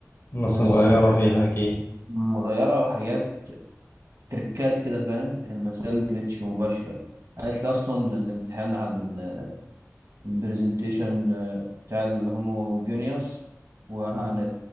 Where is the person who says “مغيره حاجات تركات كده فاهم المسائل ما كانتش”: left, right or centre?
Right